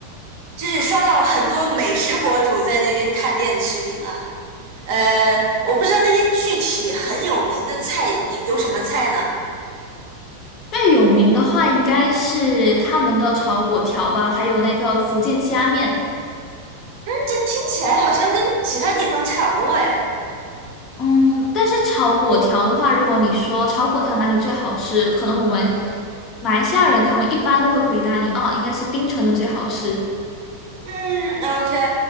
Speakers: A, on the right (about 50°); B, on the left (about 35°).
A: 就是刷到很多美食博主在那边探店的视频了。呃，我不知道那边具体很有名的菜有有什么菜呢？
B: 最有名的话应该是他们的炒粿条吧，还有那个福建虾面。
A: 这听起来好像跟其他地方差不多哎。
B: 嗯，但是炒粿条的话，如果你说炒粿条哪里最好吃，可能我们马来西亚人他们一般都会回答你，哦，应该是槟城的最好吃。
A: 嗯，OK，